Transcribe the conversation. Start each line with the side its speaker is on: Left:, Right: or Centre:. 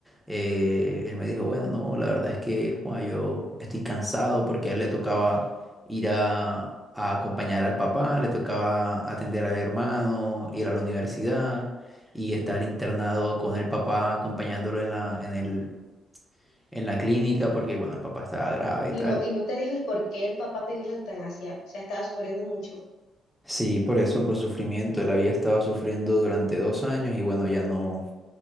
Centre: Eh, él me dijo, bueno, no, la verdad es que joa, yo estoy cansado porque a él le tocaba ir a, a acompañar al papá, le tocaba atender al hermano, ir a la universidad y estar internado con el papá acompañándolo en la, en el, en la clínica porque, bueno, el papá estaba grave
Left: Y
Centre: y tal.
Left: no, y no te dijo el por qué el papá pidió la eutanasia. O sea, estaba sufriendo mucho.
Centre: Sí, por eso, por sufrimiento. Él había estado sufriendo durante dos años y bueno, ya no,